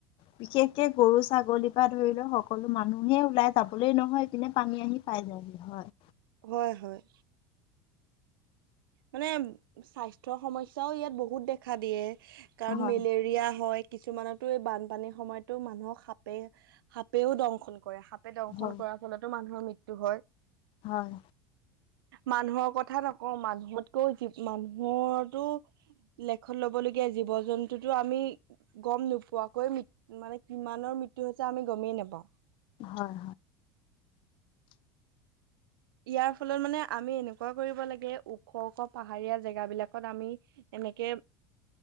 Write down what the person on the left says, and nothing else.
বিশেষকে গৰু ছাগলীৰ পৰা ধৰি লও সকলো মানুহে ওলাই যাবলৈ নহয় পিনে পানী আহি পায়। যাইহি হয়।
হয়
হয়
হয়।
হয়